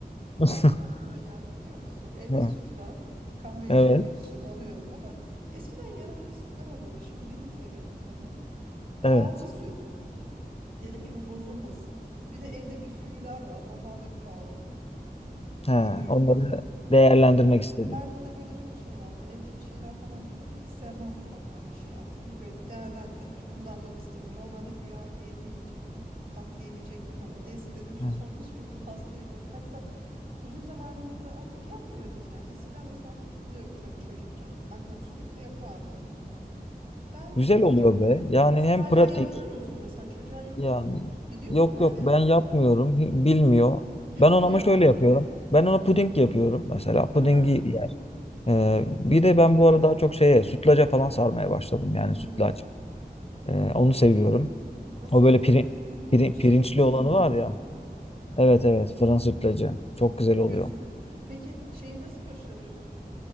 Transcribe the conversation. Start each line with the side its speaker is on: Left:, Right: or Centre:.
Left: <laughs>
Right: nereden aklıma geldi biliyor musun? Evde
Left: Hı.
Right: süt var. Kahve içmek
Left: Evet.
Right: için alıyorum. O da eskiden yarımlık sütler olurdu. Şimdi bir litre bir litre hep. Kaldı
Left: Evet.
Right: süt. Dedim ki bu bozulmasın. Bir de evde bisküviler var. Onlar da kaldı. Yemiyor
Left: Ha, onları
Right: kimse.
Left: değerlendirmek
Right: E,
Left: istedim.
Right: Bende de böyle çok şey vardır. Evde bir şeyler falan kalınca hiç sevmem mutfaktan bir şey atmayı. Böyle değerlendirip kullanmak istedim. Normalde güya diyete gidecektim. Tatlı yemeyecektim ama neyse dedim şu
Left: Ha.
Right: son bisküvili pastayı da kaçsam Uzun zamandır da artık yapmıyoruz yani. Eskiden mesela hatırlıyorum tabii çocukken. Annem sürekli yapardı. Ben o
Left: Güzel
Right: kadar
Left: oluyor
Right: mesela
Left: be. Yani
Right: siz
Left: hem
Right: hala
Left: pratik
Right: yapıyorsunuz mu mesela çocuğa yapıyor
Left: yani.
Right: musunuz? Biliyor
Left: Yok
Right: mu Meryem?
Left: yok ben yapmıyorum. hi- Bilmiyor.
Right: <laughs>
Left: Ben ona
Right: Ya.
Left: ama şöyle yapıyorum. Ben ona puding yapıyorum. Mesela pudingi
Right: Ha.
Left: Ee, bir de ben bu arada daha çok şeye sütlaca falan sarmaya başladım yani
Right: Hmm.
Left: sütlaç. Ee, onu seviyorum.
Right: Nasıl
Left: O böyle
Right: yapıyorsun
Left: piri,
Right: onu?
Left: piri-
Right: Şey
Left: pirinçli
Right: mi? Fırında
Left: olanı var
Right: mı?
Left: ya. Evet evet fırın sütlacı. Çok güzel
Right: Yapıyorsun
Left: oluyor.
Right: evet. Peki şeyi nasıl başarıyorsun?